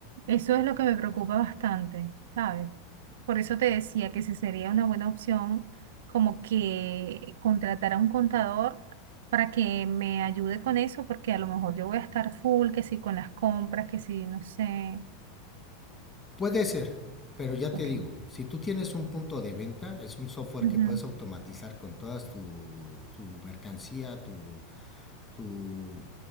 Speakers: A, on the right; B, on the left.
A: Eso es lo que me preocupa bastante, ¿sabes? Por eso te decía que si sería una buena opción como que contratar a un contador para que me ayude con eso, porque a lo mejor yo voy a estar full, que si con las compras, que si no sé.
B: Puede ser, pero ya
A: Ok.
B: te digo, si tú tienes un punto de venta, es un software
A: Ujú.
B: que puedes automatizar con todas tu, tu mercancía, tu, tu,